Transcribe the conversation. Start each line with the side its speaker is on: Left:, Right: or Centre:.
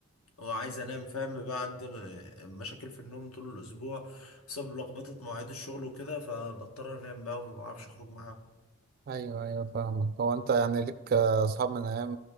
Left: وعايز انام فاهم بقى عندنا مشاكل في النوم طول الاسبوع بسبب لخبطه مواعيد الشغل وكده فبضطر انام بقى وما بعرفش اخرج معاهم
Right: ايوه ايوه فاهمك هو انت يعني ليك اصحاب من ايام